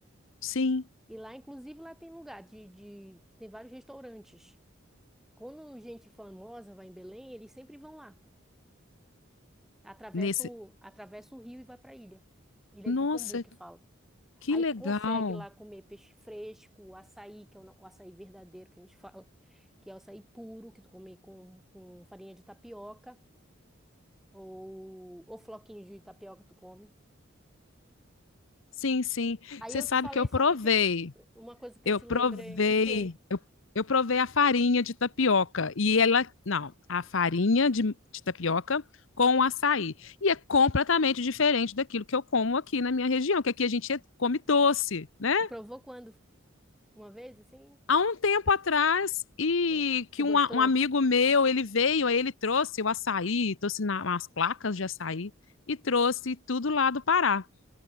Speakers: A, on the left (about 70°); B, in the centre.
A: Sim,
B: E lá, inclusive, lá tem lugar de, de tem vários restaurantes. Quando gente famosa vai em Belém, eles sempre vão lá. Atravessa
A: nesse.
B: o, atravessa o rio e vai para a ilha. Ilha
A: Nossa,
B: do Cambu, que fala.
A: que
B: Aí
A: legal.
B: tu consegue lá comer peixe fresco, açaí, que é o, na- o açaí verdadeiro que a gente <laughs> fala, que é o açaí puro, que tu come com, com farinha de tapioca, ou, ou floquinhos de tapioca tu come.
A: Sim, sim.
B: Aí
A: Você
B: eu
A: sabe
B: te falei
A: que eu
B: só
A: provei
B: que eu te, uma coisa que
A: Eu
B: eu te
A: provei,
B: lembrei, o quê?
A: eu, eu provei a farinha de tapioca e ela, não, a farinha de, de tapioca com açaí. E é completamente diferente daquilo que eu como aqui na minha região, que aqui a gente come doce, né?
B: Tu provou quando? Uma vez, assim?
A: Há um tempo atrás, e
B: É.
A: que
B: Tu gostou?
A: um, a- um amigo meu, ele veio, aí ele trouxe o açaí, trouxe na, umas placas de açaí e trouxe tudo lá do Pará